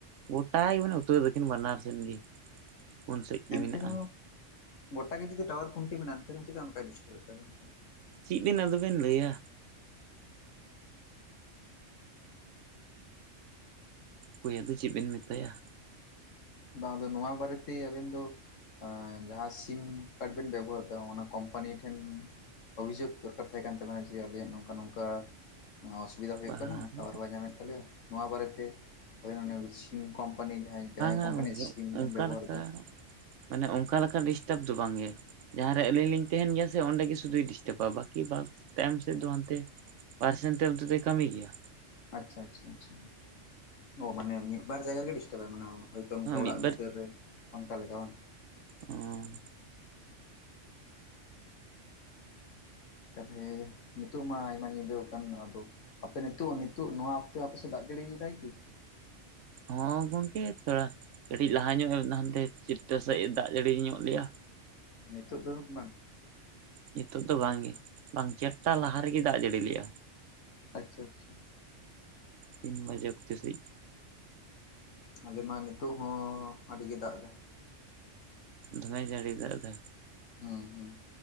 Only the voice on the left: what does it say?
ᱮᱱᱛᱮ
ᱨᱮ ᱦᱚᱸ᱾ ᱜᱚᱴᱟ ᱜᱮ ᱡᱩᱫᱤ ᱴᱟᱣᱟᱨ ᱠᱷᱩᱱᱴᱤ ᱢᱮᱱᱟᱜᱟ ᱮᱱᱛᱮ ᱨᱮᱦᱚ ᱪᱮᱫᱟᱜ ᱚᱱᱠᱟᱭ ᱰᱤᱥᱴᱟᱯᱮᱫ ᱛᱟᱵᱤᱱᱟ᱾
<unintelligible>
ᱵᱟᱝ ᱟᱫᱚ ᱱᱚᱣᱟ ᱵᱟᱨᱮᱛᱮ ᱟᱵᱤᱱ ᱫᱚ ᱡᱟᱦᱟᱸ ᱥᱤᱢ ᱠᱟᱨᱰ ᱵᱤᱱ ᱵᱮᱵᱚᱦᱟᱨ ᱫᱟ ᱚᱱᱟ ᱠᱚᱢᱯᱟᱱᱤ ᱴᱷᱮᱱ ᱚᱵᱷᱤᱡᱳᱜᱽ ᱫᱚᱨᱠᱟᱨ ᱛᱟᱦᱮᱸ ᱠᱟᱱ ᱛᱟᱵᱤᱱᱟ ᱡᱮ ᱟᱵᱤᱱᱟᱜ ᱱᱚᱝᱠᱟ ᱱᱚᱝᱠᱟ ᱚᱥᱩᱵᱤᱫᱟ ᱦᱳᱭᱳᱜ
ᱠᱟᱱᱟ ᱴᱟᱣᱟᱨ ᱵᱟᱭ ᱧᱟᱢᱮᱫ ᱛᱟᱞᱮᱭᱟ ᱱᱚᱣᱟ ᱵᱟᱨᱮᱛᱮ <unintelligible> ᱠᱤᱝ ᱠᱚᱢᱯᱟᱱᱤ ᱡᱟᱦᱟᱸᱭ ᱡᱟᱦᱟᱸᱭ ᱠᱳᱢᱯᱟᱱᱤᱭᱟᱜ
ᱥᱤᱢ ᱵᱮᱱ
ᱵᱮᱵᱚᱦᱟᱨ
ᱮᱫᱟ
ᱟᱪᱷᱟ ᱟᱪᱷᱟ ᱟᱪᱷᱟ ᱚ ᱢᱟᱱᱮ ᱢᱤᱫ ᱵᱟᱨ ᱡᱟᱭᱜᱟ ᱜᱮᱭ ᱰᱤᱥᱴᱟᱵ ᱟᱭ ᱢᱟᱱᱮ᱾ ᱦᱳᱭᱛᱚ ᱚᱱᱠᱟ
ᱚᱲᱟᱜ ᱵᱷᱤᱛᱟᱹᱨ ᱨᱮ ᱚᱱᱠᱟ ᱞᱮᱠᱟ ᱵᱟᱝ᱾
ᱛᱟᱦᱚᱞᱮ ᱱᱤᱛᱚᱜ ᱢᱟ ᱟᱭᱢᱟ ᱧᱤᱸᱫᱟᱹ ᱠᱟᱱ ᱟᱫᱚ ᱟᱯᱮ ᱱᱤᱛᱚᱜ ᱱᱤᱛᱚᱜ ᱱᱚᱣᱟ ᱚᱠᱛᱮ ᱟᱯᱮ ᱥᱮᱫ ᱫᱟᱜ ᱡᱟ. ᱲᱤᱮᱫᱟᱭ ᱠᱤ?
ᱱᱤᱛᱳᱜ ᱫᱚ ᱵᱟᱝ᱾
ᱟᱪᱪᱷᱟ ᱟᱪᱪᱷᱟ᱾
ᱟᱞᱮ ᱢᱟ ᱱᱤᱛᱚᱜ ᱦᱚᱸ ᱟᱹᱰᱤ ᱜᱮ ᱫᱟᱜ ᱮᱫᱟᱭ᱾
ᱦᱩᱸ ᱦᱩᱸ